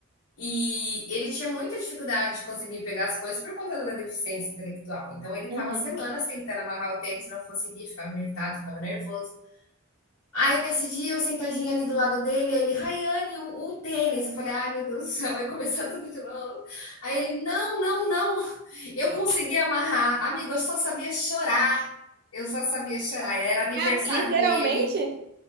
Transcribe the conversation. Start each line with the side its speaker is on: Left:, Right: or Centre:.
Left: E ele tinha muita dificuldade de conseguir pegar as coisas por conta da deficiência intelectual. Então ele
Right: Uhum.
Left: estava semanas tentando amarrar o tênis, não conseguia, ficava irritado, ficava nervoso. Aí nesse dia eu sentadinha ali do lado dele, ele, Rayane, o, o tênis. Eu falei, ai meu Deus do céu, vai começar tudo de novo. Aí ele, não, não, não, eu consegui amarrar. Amigo, eu só sabia chorar. Eu só sabia chorar. Era aniversário
Right: Ah, literalmente?
Left: dele.